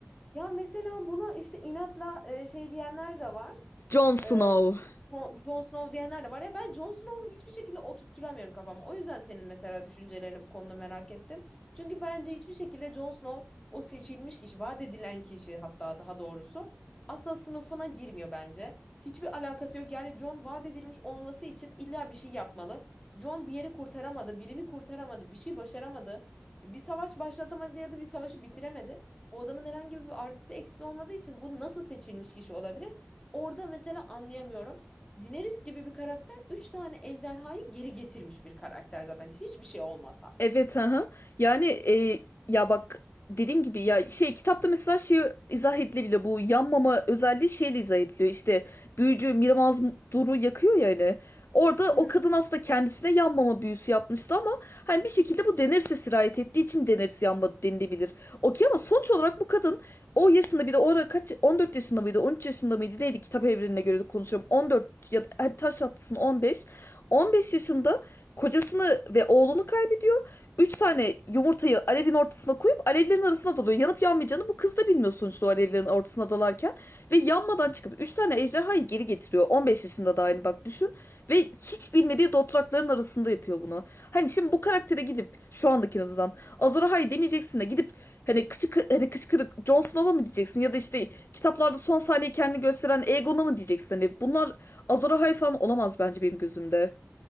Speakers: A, on the left (about 20°); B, on the left (about 60°).
A: Ya mesela buna işte inatla e, şey diyenler de var.
B: Jon Snow.
A: E, Jon Jon Snow diyenler de var ya ben Jon Snow'u hiçbir şekilde oturtturamıyorum kafama. O yüzden senin mesela düşüncelerini bu konuda merak ettim. Çünkü bence hiçbir şekilde Jon Snow o seçilmiş kişi, vaat edilen kişi hatta daha doğrusu asla sınıfına girmiyor bence. Hiçbir alakası yok. Yani Jon vaat edilmiş olması için illa bir şey yapmalı. Jon bir yeri kurtaramadı, birini kurtaramadı, bir şey başaramadı. Bir savaş başlatamadı ya da bir savaşı bitiremedi. Bu adamın herhangi bir artısı eksisi olmadığı için bu nasıl seçilmiş kişi olabilir? Orada mesela anlayamıyorum. Daenerys gibi bir karakter 3 tane ejderhayı geri getirmiş bir karakter zaten hiçbir şey olmasa.
B: Evet aha. Yani e, ya bak dediğim gibi ya şey kitapta mesela şey izah edilebilir bu yanmama özelliği şeyle izah ediliyor işte büyücü Miramaz Duru yakıyor ya hani orada
A: Hı
B: o
A: hı.
B: kadın aslında kendisine yanmama büyüsü yapmıştı ama hani bir şekilde bu Daenerys'e sirayet ettiği için Daenerys yanmadı denilebilir. Okey ama sonuç olarak bu kadın o yaşında bir de o ara kaç 14 yaşında mıydı 13 yaşında mıydı neydi kitap evrenine göre de konuşuyorum 14 ya da hadi taş atlasın 15 15 yaşında kocasını ve oğlunu kaybediyor Üç tane yumurtayı alevin ortasına koyup alevlerin arasına dalıyor. Yanıp yanmayacağını bu kız da bilmiyor sonuçta o alevlerin ortasına dalarken. Ve yanmadan çıkıp üç tane ejderhayı geri getiriyor. 15 yaşında da aynı bak düşün. Ve hiç bilmediği dotrakların arasında yapıyor bunu. Hani şimdi bu karaktere gidip şu andaki en azından Azor Ahai demeyeceksin de gidip hani kıçı, hani kıçkırık Jon Snow'a mı diyeceksin ya da işte kitaplarda son sahneyi kendini gösteren Aegon'a mı diyeceksin hani bunlar Azor Ahai falan olamaz bence benim gözümde.